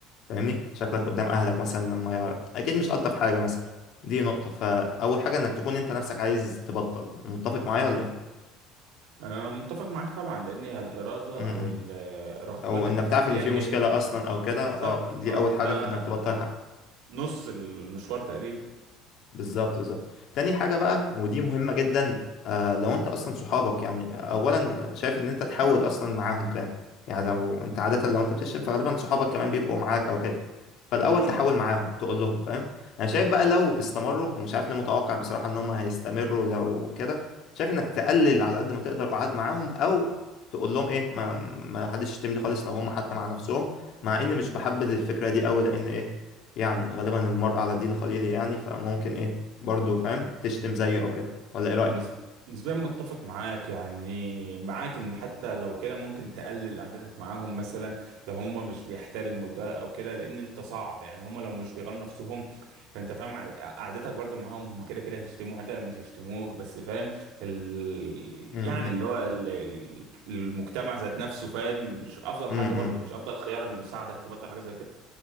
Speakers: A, on the left; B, on the right.
A: فاهمني شكلك قدام اهلك مثلا لما يعرف اكيد مش الطف حاجه مثلا دي نقطه فاول حاجه انك تكون انت نفسك عايز تبطل متفق معايا ولا ايه
B: أنا متفق معاك طبعا لأن هي الإرادة
A: م-
B: أو
A: م.
B: ال- رغبتك
A: او انك
B: نسبيا
A: تعرف ان في مشكله
B: هي
A: اصلا او كده
B: بالظبط
A: اه دي
B: اه
A: اول حاجه
B: ده
A: في انك تبطل
B: نص المشوار تقريبا
A: بالظبط بالظبط تاني حاجة بقى ودي مهمة جدا آه لو انت اصلا صحابك يعني اولا شايف ان انت تحاول اصلا معاهم كده يعني لو انت عادة لو انت بتشتم فغالبا صحابك كمان بيبقوا معاك او كده فالاول
B: مم.
A: تحاول معاهم تقول لهم فاهم انا شايف بقى لو استمروا ومش عارف ليه متوقع بصراحة ان هم هيستمروا لو كده شايف انك تقلل على قد ما تقدر قعاد معاهم او تقول لهم ايه ما ما حدش يشتمني خالص لو هم حتى مع نفسهم مع اني مش بحبذ الفكرة دي قوي لان ايه يعني غالبا المرء على دين خليله يعني فممكن ايه برضه فاهم تشتم زيه او كده ولا ايه رأيك
B: نسب- نسبيا متفق معاك يعني معاك ان حتى لو كده ممكن تقلل قعدتك معاهم مثلا لو هم مش بيحترموا ده او كده لان انت صعب يعني هم لو مش بيغيروا نفسهم فانت فاهم ع- قعدتك برضو معاهم هم كده كده هيشتموا حتى لو مش هيشتموك بس فاهم ال...
A: امم
B: يعني اللي هو ال... ال- المجتمع ذات نفسه فاهم مش افضل
A: امم
B: حاجة برضو مش افضل خيار انه يساعدك تبطل حاجة زي